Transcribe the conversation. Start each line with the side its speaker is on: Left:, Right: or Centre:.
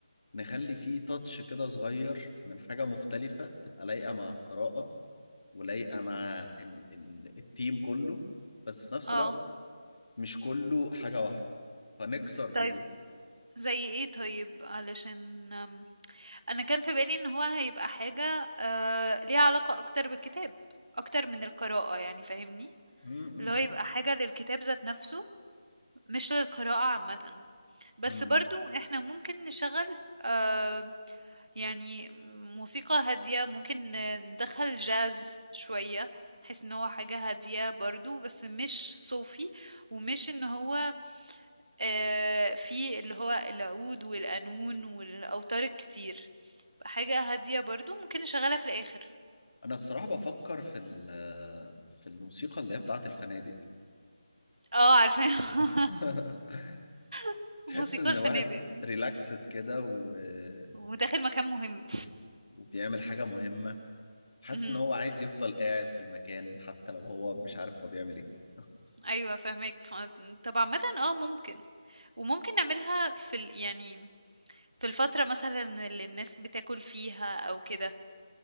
Left: نخلي فيه تاتش كده صغير من حاجة مختلفة تبقى لايقة مع القراءة ولايقة مع ال ال الثيم كله بس في نفس
Right: اه
Left: الوقت مش كله حاجة واحدة فنكسر بإيه
Right: طيب زي ايه طيب علشان أنا كان في بالي إن هو هيبقى حاجة آه، ليها علاقة أكتر بالكتاب أكتر من القراءة يعني فاهمني
Left: مم.
Right: اللي هو يبقى حاجة للكتاب ذات نفسه مش للقراءة عامة بس
Left: مم.
Right: برضو احنا ممكن نشغل آه، يعني موسيقى هادية ممكن ندخل جاز شوية بحيث ان هو حاجة هادية برضو بس مش صوفي ومش ان هو آآ في اللي هو العود والقانون والأوتار الكتير، حاجة هادية برضه ممكن نشغّلها في الآخر.
Left: انا الصراحه بفكر في ال- في الموسيقى اللي هي بتاعه الفنادق دي
Right: آه عارفاها،
Left: <laughs>
Right: <laughs>
Left: تحس
Right: موسيقى
Left: ان
Right: الفنادق
Left: واحد
Right: دي،
Left: ريلاكسد كده وركز
Right: وداخل مكان مهم.
Left: وبيعمل حاجه مهمه حاسس
Right: اهم،
Left: ان هو عايز يفضل قاعد في المكان حتى لو هو مش عارف هو بيعمل ايه
Right: أيوه فاهماك. ف طب عامةً آه ممكن، وممكن نعملها في ال يعني في الفترة مثلًا اللي الناس بتاكل فيها أو كده،